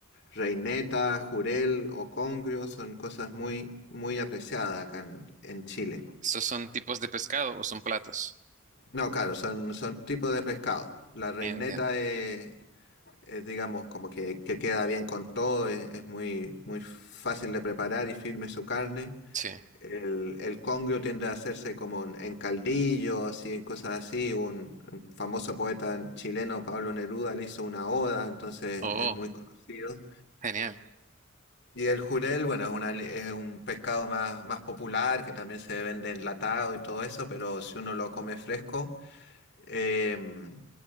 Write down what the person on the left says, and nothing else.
reineta, jurel o congrio, son cosas muy, muy apreciadas acá en, en Chile.
No, claro, son, son tipos de pescado. La reineta
es, es, digamos, como que, que queda bien con todo, es, es muy, muy fácil de preparar y firme su carne.
El, el congrio tiende a hacerse como en, en caldillo, así, en cosas así. Un, un famoso poeta chileno, Pablo Neruda, le hizo una oda, entonces
es muy conocido.
Y el jurel, bueno, es, una li- es un pescado más, más popular que también se vende enlatado y todo eso, pero si uno lo come fresco, em,